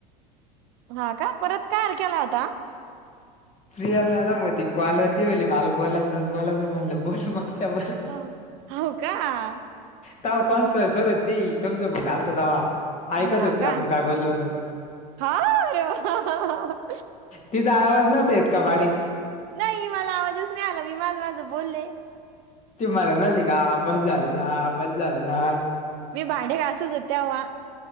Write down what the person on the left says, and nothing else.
फ्री झाल्यावर मग ती कॉलवरती बोली, मला बोलायचय बोलायचय म्हणलं बोल मग. डबल
तवा कॉन्सफरन्सवर होती, तुमचा फोन आलता तवा
ऐकत होती,
आपण काय बोललो म्हणून.
तिचा आवाज नव्हता येतं, का बारीक?
तुम्हाला म्हनली का? बस झालं ना बस झालं ना.